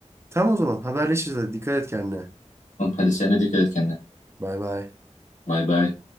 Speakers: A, on the right; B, on the left.
A: Tamam o zaman haberleşiriz. Hadi. Dikkat et kendine.
B: Tamam, Hadi sen de dikkat et kendine.
A: Bay bay.
B: Bay bay.